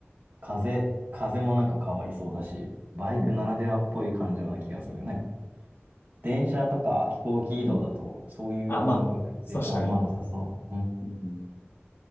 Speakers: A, on the right; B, on the left.
A: 風、風もなんか変わりそうだし、バイクならではっぽい感情な気がする。
B: うん、
A: なんか電車とか飛行機移動だとそういう感覚ってあんまなさそう。
B: うん。あ、まあ、確かに。
A: うん。
B: うん、